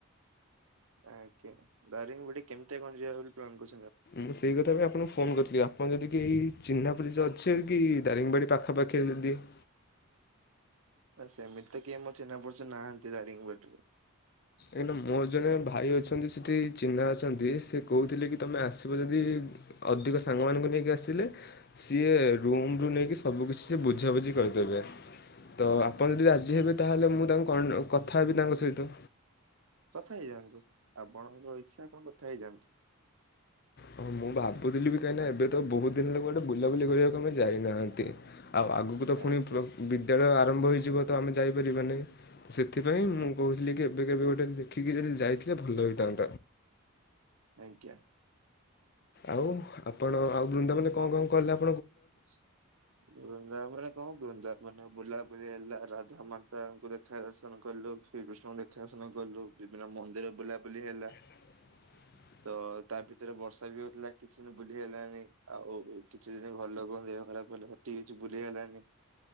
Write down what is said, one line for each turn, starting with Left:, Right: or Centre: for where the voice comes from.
Right: ଆ କେ ଦାରଙ୍ଗବାଡ଼ି କେମିତି କଣ ଯିବେ ବୋଲି ପ୍ଲାନ୍ କରି
Left: ମୁଁ ସେଇ କଥା ପାଇଁ ଆପଣଙ୍କୁ ଫୋନ କରିଥିଲି। ଆପଣ ଯଦି କି ଏଇ ଚିହ୍ନାପରି ଯ ଅଛେ କି ଦାରିଙ୍ଗବାଡ଼ି ପାଖାପାଖିରେ ଯଦି <inaudible>
Right: ସେମିତି ତ କିଏ ମୋର ଚିହ୍ନା ପରିଚ ନାହାନ୍ତି। ଦାରିଙ୍ଗବାଡ଼ିରେ।
Left: ଏ ମୋ ଜଣେ ଭାଇ ଅଛନ୍ତି। ସେଠି ଚିହ୍ନା ଅଛନ୍ତି ସେ କହୁଥିଲେ କି ତମେ ଆସିବ ଯଦି ଅଧିକ ସାଙ୍ଗ ମାନଙ୍କୁ ନେଇକି ଆସିଲେ, ସିଏ ରୁମ ରୁ ନେଇକି ସବୁ କିଛି ସେ ବୁଝାବୁଝି କରି ତ
Right: ଆଜ୍ଞା
Left: ଆପଣ ଯଦି ରାଜି ହେବେ, ତାହେଲେ ମୁଁ ତାଙ୍କୁ କଥା ହେବି ତାଙ୍କ ସହିତ।
Right: କଥା ହେଇଯାଆନ୍ତୁ। ଆପଣଙ୍କ ଇଚ୍ଛା କଣ କଥା ହେଇଯାଆନ୍ତୁ।
Left: ହଁ ମୁଁ ଭାବୁଥିଲି ବି କାହିଁକିନା ଏବେ ତ ବହୁତ ଦିନହେଲା ଗୋଟେ ବୁଲାବୁଲି କରିବାକୁ ଆମେ ଯାଇନାହାନ୍ତି। ଆଉ ଆଗକୁ ତ ପୁଣି
Right: ଆଜ୍ଞା
Left: ବିଦ୍ୟାଳୟ ଆରମ୍ଭ ହେଇଯିବ। ତ ଆମେ ଯାଇପାରିବା ନହିଁ। ସେଥିପାଇଁ
Right: ଆଜ୍ଞା
Left: ମୁଁ କହୁଥିଲି କି ଏବେ କେବେ ଗୋଟେ ଦେଖିକି ଯଦି ଯାଇଥିଲେ ଭଲ ହୋଇଥାନ୍ତଆ।
Right: ଆଜ୍ଞା।
Left: ଆଉ ଆପଣ ଆଉ ବୃନ୍ଦା ମାନେ କଣ କଣ କଲ?
Right: <unintelligible> ହଁ ବୃନ୍ଦା ମାନେ ବୁଲା ବୁଲି ହେଲା ରାଧା ମାତାଙ୍କୁ ଦେଖା ଦର୍ଶନ କଲୁ ଶ୍ରୀକୃଷ୍ଣଙ୍କୁ ଦେଖା କଣ କଲୁ ବିଭିନ୍ନ ମନ୍ଦିର ବୁଲାବୁଲି ହେଲା।
Left: <inaudible>
Right: ତ ତା ଭିତରେ ବର୍ଷା ବି ହଉଥିଲା କିଛି ଦିନ ବୁଲିହେ ଲାନି ଆଉ କିଛି ଦିନ ଭଲ ଦେହ ଖରାପ ହେଲାଠିକ କିଛି ବୁଲିଇ ହେଲାନି।